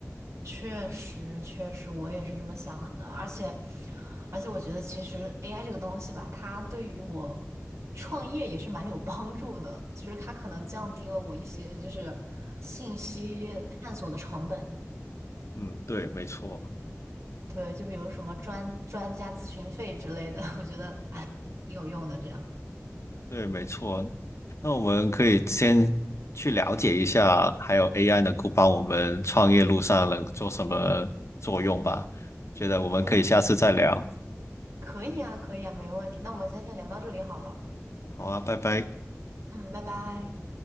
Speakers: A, on the right; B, on the left.
A: 确实，确实，我也是这么想的。而且，而且，我觉得其实 AI 这个东西吧，它对于我创业也是蛮有帮助的，就是它可能降低了我一些就是信息探索的成本。
B: 嗯，对，没错，
A: 对，就比如什么专专家咨询费之类的，<laughs> 我觉得啊挺有用的。这样，
B: 对，没错。那我们可以先去了解一下，还有 AI 能够帮我们创业路上能做什么作用吧？觉得我们可以下次再聊。
A: 嗯，可以啊，可以啊，没问题。那我们今天先聊到这里好了。
B: 好啊，拜拜。
A: 嗯，拜拜。